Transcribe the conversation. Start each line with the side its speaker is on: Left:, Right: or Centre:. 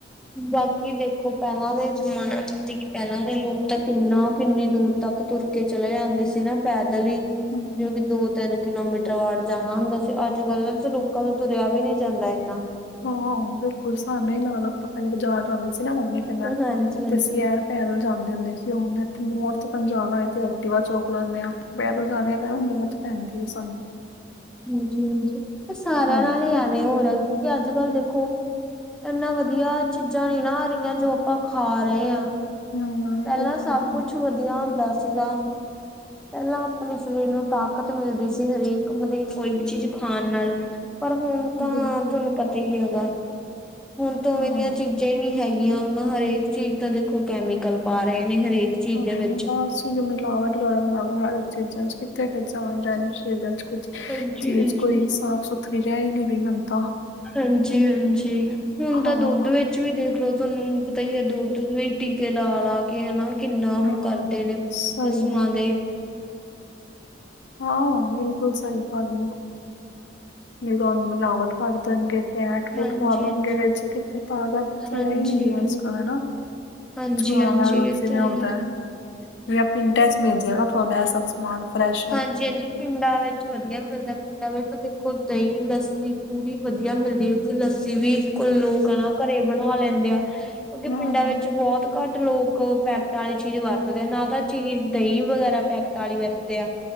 Centre: ਵਾਕਈ ਦੇਖੋ, ਪਹਿਲਾਂ ਦੇ ਜਮਾਨ, ਪਹਿਲਾਂ ਦੇ ਲੋਕ ਤਾਂ ਕਿੰਨਾ, ਕਿੰਨੀ ਦੂਰ ਤੱਕ ਤੁਰਕੇ ਚਲੇ ਜਾਂਦੇ ਸੀ ਨਾ, ਪੈਦਲ ਹੀ।
Left: ਹੂੰ
Centre: ਜੋ ਕਿ ਦੋ-ਤਿੰਨ ਕਿਲੋਮੀਟਰ ਵਾਟ ਜਾਣਾ ਹੁੰਦਾ ਸੀ, ਅੱਜ-ਕੱਲ ਨਾ ਲੋਕਾਂ ਤੋਂ ਤੁਰਿਆ ਵੀ ਨੀ ਜਾਂਦਾ ਇੰਨਾ।
Left: ਹਾਂ, ਬਿਲਕੁਲ ਸਾਨੂੰ ਲਾਲੋ, ਆਪਾਂ ਕਿੱਥੇ ਬਾਜ਼ਾਰ ਜਾਂਦੇ ਸੀ‌ ਨਾ, ਮੰਮੀ ਤੇ ਮੈਂ,
Centre: ਹਾਂਜੀ ਹਾਂਜੀ
Left: ਤੇ ਅਸੀ ਐਣ ਪੈਦਲ ਜਾਂਦੇ ਹੁੰਦੇ ਸੀ, ਹੁਨ ਇੱਥੇ ਮੋੜ ਤੀਕਣ ਜਾਣਾ ਹੋਏ, ਤਾਂ ਐਕਟੀਵਾ ਚੋੱਕ ਲੈਂਨੇ ਹਾਂ। ਪੈਦਲ ‌ਜਾਂਦਿਆ ਤਾਂ ਮੌਤ ‌ਪੈਂਦੀ ਹੈ, ਸਾਨੂੰ।
Centre: ਹਾਂਜੀ-ਹਾਂਜੀ, ਆ ਸਾਰਿਆਂ
Left: ਹਾਂ
Centre: ਨਾਲ ਹੀ ਐਵੇਂ ਹੋਰਿਆ। ਕਿ, ਅੱਜ-ਕੱਲ ਦੇਖੋ, ਇਹਨਾਂ ਵਧੀਆ ਚੀਜ਼ਾਂ ਨਹੀਂ ਨਾ ਆ ਰਹੀਆਂ, ਜੋ ਆਪਾਂ ਖਾ ਰਹੇ ਹਾਂ।
Left: ਹਾਂ
Centre: ਪਹਿਲਾਂ
Left: ਬਿਲਕੁਲ
Centre: ਸਭ
Left: ਜੀ,
Centre: ਕੁੱਛ ਵਧ ਵਧੀਆ ਹੁੰਦਾ ਸੀਗਾ, ਪਹਿਲਾਂ ਆਪਣੇ ਸਰੀਰ ਨੂੰ ਤਾਕਤ ਮਿਲਦੀ ਸੀ, ਹਰੇਕ ਕੰਮ ਦੀ,
Left: ਹਾਂ
Centre: ਕੋਈ ਵੀ ਚੀਜ਼ ਖਾਣ ਨਾਲ, ਪਰ ਹੁਣ ਤਾਂ
Left: ਬਿਲਕੁਲ
Centre: ਤੁਹਾਨੂੰ ਪਤ ਏਹੀ ਹੈਗਾ, ਹੁਣ ਤੋਂ
Left: ਹਾਂਜੀ
Centre: ਓਵੇਂ ਦੀਆਂ ਚੀਜ਼ਾਂ ਹੀ ਵੀ ਹੈਗੀਆਂ ਵ ਹਰੇਕ ਚੀਜ਼ ਤਾਂ ਦੇਖੋ ਕੈਮੀਕਲ ਪਾ ਰਹੇ ਨੇ ਹਰੇਕ ਚੀਜ਼
Left: ਹਾਂ
Centre: ਦੇ ਵਿੱਚ
Left: ਬਸ ਹੀ ਮਿਲਾਵਟ ਕਰਨ ਹਰਗ ਚੀਜ਼ਾਂ ਚ ਕਿੱਥੇ ਜਾਨ ਰਹਿ ਗਈ ਚੀਜ਼ਾਂ ਚ ਕੁਛ
Centre: ਹਾਂਜੀ
Left: ਚੀਜ਼
Centre: ਹਾਂਜੀ
Left: ਕੋਈ ਸਾਫ਼ ਸੁਥਰੀ ਰਹਿ ਹੀ ਨਹੀਂ ਗਈ ਹੁੰਦਾ
Centre: ਹਾਂਜੀ ਹਾਂਜੀ ਹੁਣ ਤਾਂ
Left: ਹਾਂ
Centre: ਦੁੱਧ ਵਿੱਚ ਵਿੱਚ ਵੀ ਦੇਖਲੋ ਤੁਹਾਨੂੰ ਪਤਾ ਹੀ ਹੈ ਦੁੱਧ ਵੀ ਟੀਕੇ ਲਾ ਲਾ ਕੇ ਹਨਾ ਕਿੰਨਾ ਉਹ
Left: ਹਾਂ
Centre: ਕਰਦੇ ਨੇ,
Left: ਸਹੀ
Centre: ਪਸੂਆਂ ਦੇ।
Left: ਹਾਂ, ਹਾਂ, ਬਿਲਕੁਲ ਸਹੀ ਗੱਲ ਏ। ਨਹੀਂ ਤੁਹਾਨੂੰ ਮਿਲਾਵਟ ਕਰ ਦੇਣਗੇ ਫੱਟ ਫੂਟ
Centre: ਹਾਂਜੀ,
Left: ਪਾਉਣਗੇ ਜਿਹੜੇ ਤਾਜ਼ਾ ਦਿਆਂ
Centre: ਹਾਂਜੀ।
Left: ਹੀ ਨਹੀਂ ਗ ਅੱਜ ਕੱਲ ਹਨਾ
Centre: ਹਾਂਜੀ-ਹਾਂਜੀ
Left: ਵਾਂ ਦੁੱਧ
Centre: ਇਹ
Left: ਜਿਵੇਂ
Centre: ਤਾਂ
Left: ਹੁੰਦਾ
Centre: ਹੈ
Left: ਵੀ ਪਿੰਡਾਂ ਚ ਮਿਲ ਜਾ ਨਾ ਥੋੜਾ ਸਭ ਮਾਨ ਫਰਸ਼
Centre: ਹਾਂਜੀ ਹਾਂਜੀ ਪਿੰਡਾਂ ਵਿੱਚ ਵਧੀਆ ਮਿਲਦਾ ਪਿੰਡਾਂ ਵਿੱਚ ਦੇਖੋ ਦਹੀਂ ਲੱਸੀ ਪੂਰੀ ਵਧੀਆ ਮਿਲਦੀ ਲੱਸੀ ਵੀ ਲੋਕ ਹਨ ਨਾ ਘਰੇ ਬਣਾ ਲੈਂਦੇ ਆ ਕਿਉਂਕਿ
Left: ਹਾਂ
Centre: ਪਿੰਡਾਂ ਵਿੱਚ ਬਹੁਤ ਘੱਟ ਲੋਕ ਪੈਕਟ ਵਾਲੀ ਚੀਜ਼ ਵਰਤਦੇ ਆ ਨਾ ਤਾਂ ਚੀਜ਼ ਦਹੀਂ ਵਗੈਰਾ ਪੈਕਟ ਵਾਲੀ ਵਰਤਦੇ ਆ